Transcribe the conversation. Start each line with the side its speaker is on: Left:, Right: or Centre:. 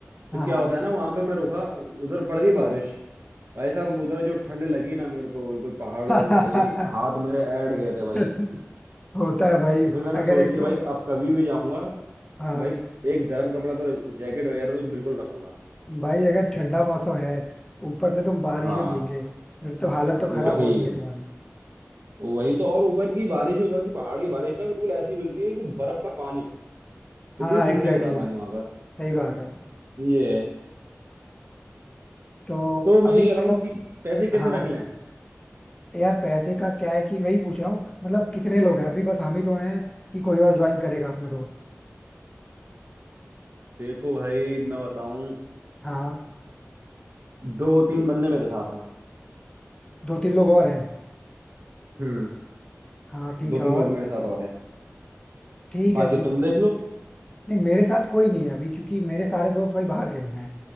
Left: हाँ
Right: तो क्या
Left: हाँ
Right: होता है ना वहां पे मैं रुका उधर पड़ गई बारिश भाई साहब उधर जो ठंड लगी ना मेरे को बिल्कुल पहाड़ों
Left: हाँ
Right: पे भाई हाथ मेरे ऐड गए थे भाई
Left: <laughs> होता है भाई
Right: तो फिर मैंने
Left: अगर
Right: सोच
Left: एक
Right: लिया
Left: तो
Right: भाई अब कभी भी जाऊंगा तो
Left: हाँ
Right: भाई एक गर्म कपड़ा तो जैकेट वगैरह तो बिल्कुल रखूंगा
Left: भाई अगर ठंडा मौसम है ऊपर से तुम बारिश
Right: हाँ
Left: में भीगे फिर तो हालत तो
Right: वही
Left: खराब होनी है तुम्हारी
Right: वही तो और ऊपर की बारिश उधर की पहाड़ की बारिश ना बिल्कुल ऐसी गिरती है बिल्कुल बर्फ का पानी
Left: हाँ
Right: इतनी ठंडी
Left: एग्जैक्टली
Right: होता है पानी
Left: exactly,
Right: वहां का
Left: सही बात है
Right: ये है
Left: तो
Right: तो मैं
Left: अभी
Right: क्या कह रहा
Left: मतलब
Right: हूँ कि पैसे कितने
Left: हाँ
Right: रख लें
Left: यार पैसे का क्या है कि वही पूछ रहा हूँ मतलब कितने लोग हैं अभी बस हम ही तो हैं कि कोई और ज्वाइन करेगा अपना दोस्त
Right: देखो भाई मैं बताऊं
Left: हाँ
Right: दो तीन बंदे मेरे साथ हैं
Left: दो तीन लोग और हैं
Right: हम्म
Left: हाँ ठीक
Right: दो
Left: है
Right: तीन
Left: और
Right: लोग मेरे साथ और हैं
Left: ठीक
Right: बाकी
Left: है फिर
Right: तुम देख लो
Left: नहीं मेरे साथ कोई नहीं है अभी क्योंकि मेरे सारे दोस्त भाई बाहर गए हुए हैं